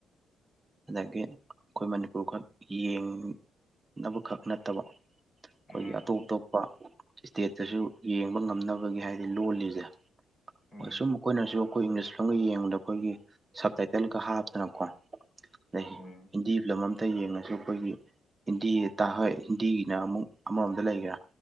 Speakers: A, on the right; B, on the left.
A: ꯑꯗꯒꯤ ꯑꯩꯈꯣꯏ ꯃꯅꯤꯄꯨꯔꯈꯛ ꯌꯦꯡꯅꯕꯈꯛ ꯅꯠꯇꯕ ꯑꯩꯈꯣꯏꯒꯤ
B: ꯎꯝ
A: ꯑꯇꯣꯞ ꯑꯇꯣꯞꯄ ꯏꯁꯇꯦꯠꯇꯁꯨ ꯌꯦꯡꯕ ꯉꯝꯅꯕꯒꯤ ꯍꯥꯏꯗꯤ ꯂꯣꯜꯂꯤꯁꯦ
B: ꯎꯝ
A: ꯍꯣꯏ ꯁꯨꯝ ꯑꯩꯈꯣꯏꯅꯁꯨ ꯑꯩꯈꯣꯏ ꯏꯪꯂꯤꯁ ꯐꯤꯂꯝꯒ ꯌꯦꯡꯕꯗ ꯑꯩꯈꯣꯏꯒꯤ ꯁꯕꯇꯥꯏꯇꯜꯒ ꯍꯥꯞꯇꯅꯀꯣ ꯂꯩ
B: ꯎꯝ
A: ꯍꯤꯟꯗꯤ ꯐꯤꯂꯝ ꯑꯃꯝꯇ ꯌꯦꯡꯉꯁꯨ ꯑꯩꯈꯣꯏꯒꯤ ꯍꯤꯟꯗꯤ ꯇꯥ ꯍꯣꯏ ꯍꯤꯟꯗꯤꯒꯤꯅ ꯑꯃꯨꯛ ꯑꯃꯔꯣꯝꯗ ꯂꯩꯈ꯭ꯔꯦ